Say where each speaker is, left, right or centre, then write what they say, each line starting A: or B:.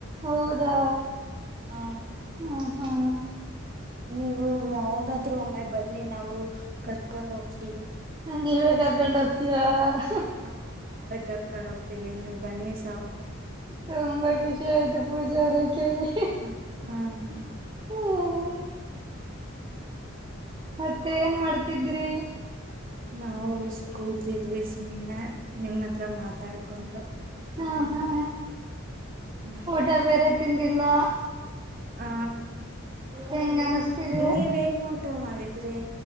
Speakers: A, on the right (about 20°); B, on the right (about 40°).
A: ಹೌದಾ!,
B: ಹಾ,,
A: ಹ್ಮ ಹಾ,,
B: ನೀವು ಯಾವದಾದ್ರೂ ಒಮ್ಮೆ ಬನ್ನಿ ನಾವು ಕರ್ಕೊಂಡ್ ಹೋಗ್ತೀವಿ.
A: ನೀವೆ ಕರ್ಕೊಂಡ್ ಹೋಗ್ತೀರಾ,,,
B: ಹಾ, ನಾವೇ ಕರ್ಕೊಂಡ್ ಹೋಗ್ತೀವಿ ನೀವು ಬನ್ನಿ ಸಾಕು.
A: ತುಂಬಾ ಖುಷಿ ಆಯ್ತು ಪೂಜಾ ಅವ್ರ ಕೇಳಿ
B: ಹು <inaudible>
A: ಹ್ಮ್ ಮತ್ತೆ ಏನ್ ಮಾಡ್ತಿದ್ರಿ
B: ನಾವು ಕೂತಿದ್ವಿ ಸುಮ್ಮನೆ ನಿಮ್ಮ ಹತ್ರ ಮಾತಾಡ್ಕೊಂಡು.
A: ಹಾ ಹಾ
B: ಹ್ಮ್
A: ಊಟ ಬೇರೆ ತಿಂದಿಲ್ಲಾ.
B: ಹಾ
A: ಹೆಂಗ ಅನಿಸ್ತಿದೆ
B: ನೀವೇನ್ ಊಟ ಮಾಡಿದ್ರಿ